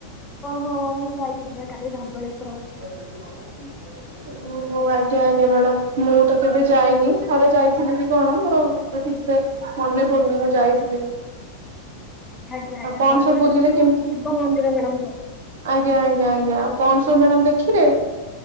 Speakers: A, on the left; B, on the right.
A: ଓହୋ ମୁଁ ଯାଇଥିଲି ପା କାଲି ଧବଳେଶ୍ଵ
B: ହୁଁ। ଓହୋ ଆଜ୍ଞା ଆଜ୍ଞା ମ୍ୟାଡାାମ ମୁଁ ତ କେବେ ଯାଇନି ଥରେ ଯାଇଥିଲି କି କଣ ମୋର ଠିକ ସେ ମନେ ପଡନି ମୁଁ ଯାଇଥିଲି।
A: ଆଜ୍ଞା
B: ଆଉ
A: ଆଜ୍ଞା
B: କଣ
A: ଧବଳେଶ୍ୱର
B: ସବୁ ବୁଲିଲେ
A: ଯୋଉ
B: କେମତି
A: ଶିବ ମନ୍ଦିର ମ୍ୟାଡାମ ଯୋଉ।
B: ଆଜ୍ଞା ଆଜ୍ଞା ଆଜ୍ଞା ଆଉ କଣ ସ ହମ ଦେଖିରେ